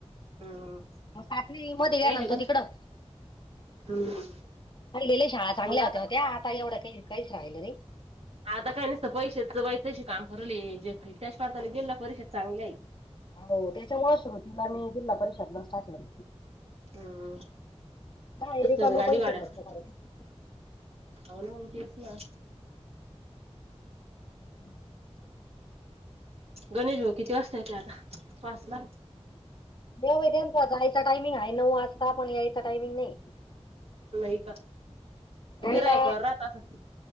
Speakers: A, on the right; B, on the left.
A: हम्म.
B: मग पाचवी मध्ये गेला
A: यायच्या
B: ना तो
A: गण
B: तिकडं,
A: हम्म
B: पहिले लई शाळा चांगल्या
A: मग आता
B: होत्या हो त्या आता एवढं काही काहीच राहिलं नाई
A: आता काय नुसतेच पैशे वैचायचे काम करेल हे त्याचं प्रकारे जिल्हा परिषद चांगल्या हे.
B: हाना वो त्याच्या मुळ सुरुवातीला मी जिल्हा परिषदलाच टाकलं
A: हम्म
B: काय
A: कसं
B: रिकामं
A: गाडी
B: पैसे
A: भाडं-
B: खर्च करायचे
A: आहो मग तेच ना,
B: <unintelligible>
A: गणेश भाऊ किती वाजता येत्या आता पाचला
B: देवावर त्यांचा जायचा टायमिंग आहे नऊ वाजता पण यायचा टायमिंग नाहीये.
A: व्हय का
B: यायला
A: गिऱ्हाईकावर राहतं असंन